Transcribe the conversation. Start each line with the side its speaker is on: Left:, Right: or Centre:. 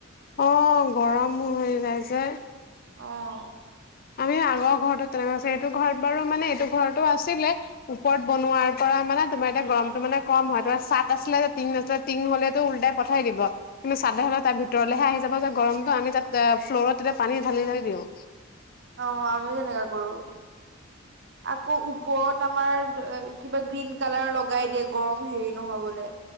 Left: অ' গৰমো হৈ যায় যে।
Right: অ'।
Left: আমি আগৰ ঘৰত তেনেকুৱা আছি এইটো ঘৰত বাৰু মানে এইটো ঘৰতটো আছিলে ওপৰত বনোৱাৰ পৰা মানে তোমাৰ এতিয়া গৰমটো মানে কম হয় তোমাৰ চাট আছিলে যে টিং নাছিলে টিং হ'লেতটো উল্টাই পঠাই দিব, কিন্তু চাটে হ'লে তাৰ ভিতৰলেহে আহি যাব যে গৰমটো আমি তাত ফ্ল'ৰত পানী ঢালি ঢালি থৈ দিওঁ।
Right: অহ আমিও তেনেকুৱা কৰোঁ। আকৌ ওপৰত আমাৰ। কিবা গ্ৰীণ কালাৰ লগাই দিয়ে গৰম হেৰি নহ'বলে।